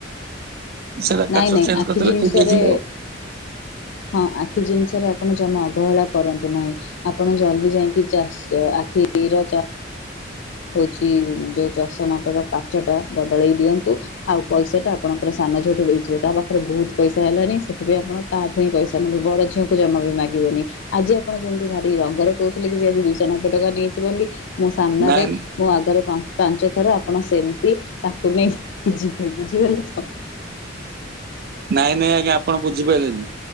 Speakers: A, on the right; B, on the left.
A: ସେଟା
B: ନାଇଁ
A: କାଚ
B: ନାଇଁ
A: ଚେଞ୍ଜ
B: ଆଖି
A: କରିଦେଲେ
B: ଜିନିଷରେ
A: ଠିକ ହେଇଯିବ ଆଉ
B: ହଁ ଆଖି ଜିନିଷରେ ଆପଣ ଜମା ଅବହେଳା କରନ୍ତୁ ନାହିଁ। ଆପଣ ଜଲଦି ଯାଇକି ଚାଷ ଆଖିର ହଉଛି ଯୋଉ ଚଷମାଟାର କାଚ ଟା ବଦଳେଇ ଦିଅନ୍ତୁ। ଆଉ ପଇସାଟା ଆଣଙ୍କ ସାନ ଝିଅଠୁ ଦେଇ ଏବେ ତା ପାଖରେ ବହୁତ ପଇସା ହେଲାଣି। ସେଥିପାଇଁ ଆପଣ ତାଠୁ ହିଁ ପଇସା ନେବେ। ବଡ଼ ଝିଅକୁ ଜମା ବି ମାଗିବେନି। ଆଜି ଆପଣ ଯେମିତି ଭାରି ରଙ୍ଗରେ କହୁଥିଲେ। କି ସେ ଆଜି ଦୁଇଶହ ନବେ ଟଙ୍କା ନେଇଛି ବୋଲି ମୋ ସାମ୍ନାରେ
A: ନାଇଁ
B: ମୁଁ ଆଗରେ ପା ପାଞ୍ଚ ଥର ଆପଣ ସେମିତି ତାକୁ ନେଇକି ଯିବେ ବୁଝିଗଲେ ତ।
A: ନାଇଁ ନାଇଁ ଆଜ୍ଞା ଆପଣ ବୁଝିପାରିଲେନି